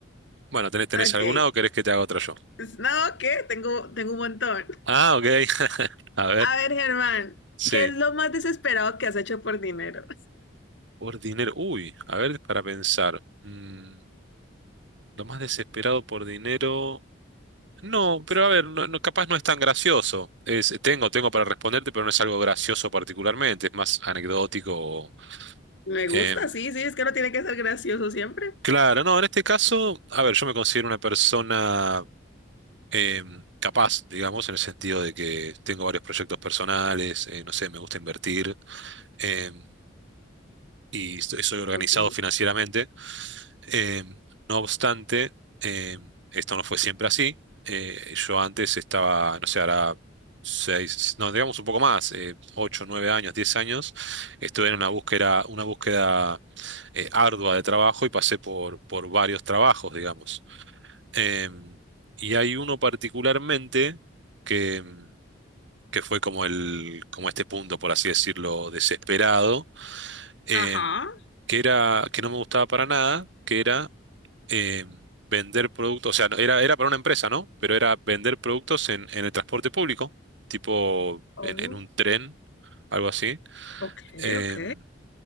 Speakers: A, on the right (about 65°); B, on the left (about 65°).
A: Bueno, ¿tenés, tenés
B: ok.
A: alguna o querés que te haga otra yo?
B: Pues, No, ¿qué? Tengo, tengo un montón.
A: Ah, ok. <laughs> A ver,
B: A ver, Germán,
A: sí.
B: ¿qué es lo más desesperado que has hecho por dinero?
A: Por dinero. Uy, a ver, para pensar. Mm, lo más desesperado por dinero. No, pero a ver, no, no- capaz no es tan gracioso. Es, tengo, tengo para responderte, pero no es algo gracioso particularmente, es más anecdótico. o,
B: Me gusta,
A: em,
B: sí, sí, es que no tiene que ser gracioso siempre.
A: claro, no, en este caso, a ver, yo me considero una persona em, capaz, digamos, en el sentido de que tengo varios proyectos personales, eh, no sé, me gusta invertir em, y estoy- soy organizado
B: Ok.
A: financieramente. Eh, no obstante, eh, esto no fue siempre así. Eh, yo antes estaba, no sé, ahora seis, no, digamos un poco más, eh, ocho, nueve años, diez años, estuve en una búsqueda, una búsqueda eh, ardua de trabajo y pasé por, por varios trabajos, digamos. Eh, y hay uno particularmente que, que fue como el, como este punto, por así decirlo, desesperado, eh,
B: Ajá.
A: que era, que no me gustaba para nada, que era eh, vender productos, o sea, no- era, era para una empresa, ¿no? Pero era vender productos en, en el transporte público, tipo
B: Oh,
A: en, en un tren, algo así.
B: ok,
A: em,
B: ok.